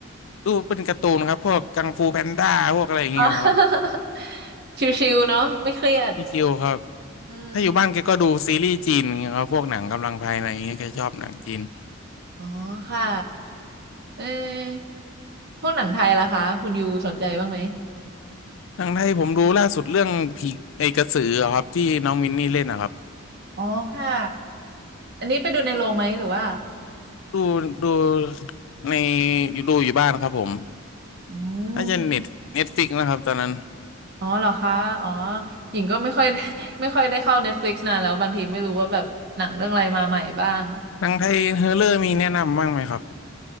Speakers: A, on the left; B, on the right.
A: ดูเป็นการ์ตูนครับพวกกังฟูแพนด้าพวกอะไรอย่างเงี้ยครับ
B: อ๋อ <laughs> ชิวๆเนาะไม่เครียด
A: พี่คิวครับ
B: อืม
A: ถ้าอยู่บ้านแกก็ดูซีรีส์จีนอย่างเงี้ยครับพวกหนังกำลังภายในอย่างเงี้ยแกชอบหนังจีน
B: อ๋อค่ะ เออพวกหนังไทยล่ะคะคุณยูสนใจบ้างไหม
A: หนังไทยผมดูล่าสุดเรื่องผีไอ้กระสืออะครับที่น้องมินนี่เล่นนะครับ
B: อ๋อค่ะอันนี้ไปดูในโรงไหมหรือว่า
A: ดูดูในดูอยู่บ้านครับผม
B: อื
A: น่าจะเน็ตเน็ตฟิกนะครับตอนนั้น
B: มอ๋อเหรอคะอ๋อหญิงก็ไม่ค่อย <laughs> ไม่ค่อยได้เข้า Netflix นานแล้วบางทีไม่รู้ว่าแบบหนังเรื่องอะไรมาใหม่บ้าง
A: หนังไทยเฮอร์เรอร์มีแนะนำบ้างไหมครับ